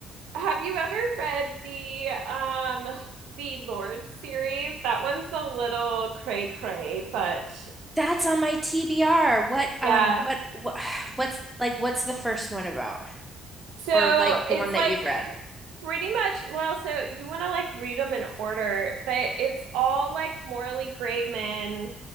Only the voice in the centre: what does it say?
That's on my TBR. What
um but what <sighs> what's like what's the first one about?
or like
the one
that you've read?